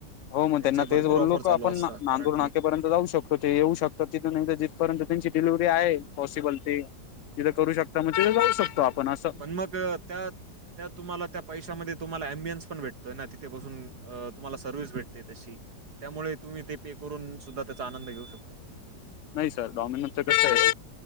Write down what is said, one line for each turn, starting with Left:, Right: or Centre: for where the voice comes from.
Left: हो मग
Right: त्यांच्या
Left: त्यांना
Right: भरपूर
Left: तेच बोललो
Right: ऑफर
Left: का
Right: चालू
Left: आपण
Right: असतात
Left: नांगूर
Right: करंटली
Left: नाकेपर्यंत जाऊ शकतो ते येऊ शकतो तिथून नाही तर जिथपर्यंत त्यांची डिलिव्हीरी आहे पॉसिबल ते तिथं करू शकता मग तथे जाऊ शकतो आपण अस
Right: पण मग त्यात त्या तुम्हाला त्या पैशामध्ये तुम्हाला अम्बियन्स पण भेटतो ना तिथे बसून तुम्हाला सर्व्हिस भेटते तशी त्यामुळे तुम्ही ते पे करून सुद्धा त्याचा आनंद घेऊ शकतात
Left: नाही सर डॉमिनच कस आहे